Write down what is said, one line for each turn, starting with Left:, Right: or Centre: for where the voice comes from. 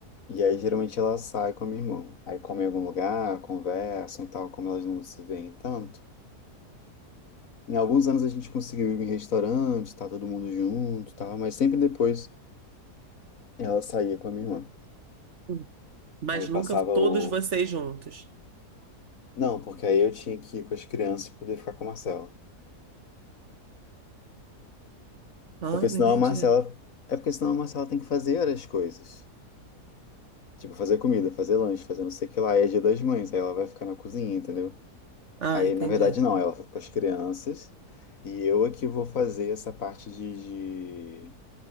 Left: E aí geralmente ela sai com a minha irmã. Aí come em algum lugar, conversam e tal, como elas não se veem tanto. Em alguns anos a gente conseguiu ir em restaurante, tá todo mundo junto, tá? Mas sempre depois ela saía com a minha irmã.
Right: Hum. Mas
Left: E aí passava
Right: nunca todos
Left: o.
Right: vocês juntos.
Left: Não, porque aí eu tinha que ir com as crianças pra poder ficar com a Marcela.
Right: Ah,
Left: Porque
Right: não
Left: senão
Right: entendi.
Left: a Marcela. É porque senão a Marcela tem que fazer as coisas. Tipo, fazer comida, fazer lanche, fazer não sei o que lá. E é dia das mães, aí ela vai ficar na cozinha, entendeu?
Right: Ah,
Left: Aí,
Right: entendi.
Left: na verdade, não, ela fica com as crianças. E eu é que vou fazer essa parte de,